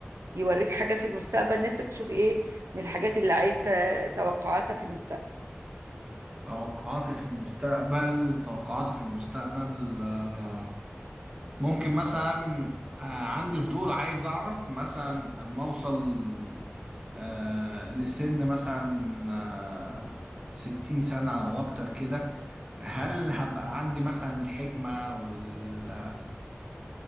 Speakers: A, on the right; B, on the right.
A: يوريك حاجة في المستقبل نفسك تشوف ايه من الحاجات اللي عايز ت- توقعاتها في المستقبل
B: توقعاتي في المستقبل توقعاتي في المستقبل آه، ممكن مثلا آه، عندي فضول عايز اعرف مثلا اما اوصل آه، لسن مثلا آه، ستين سنة او اكتر كده هل هبقى عندي مثلا الحكمة وال